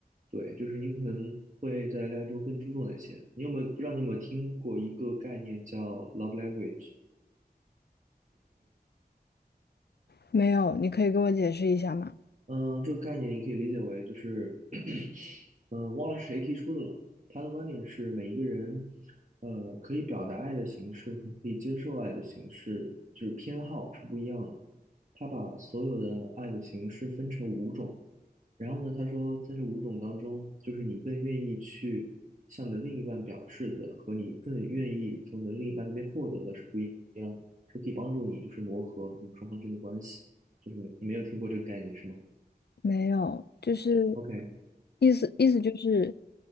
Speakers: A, on the right; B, on the left.
A: 对，就是你可能会在恋爱中更注重哪些？你有没有不知道你有没有听过一个概念叫 love language？
B: 没有，你可以给我解释一下吗？
A: 嗯，这个概念你可以理解为就是，<clears throat> 嗯，忘了是谁提出的了。他的观点是，每一个人，呃，可以表达爱的形式和可以接受爱的形式，就是偏好是不一样的。他把所有的爱的形式分成五种，然后呢，他说在这五种当中，就是你更愿意去向你的另一半表示的，和你更愿意从你的另一半那边获得的是不一样的。这可以帮助你就是磨合你们双方之间的关系。就是没，你没有听过这个概念是吗？
B: 没有，就是
A: OK，
B: 意思意思就是，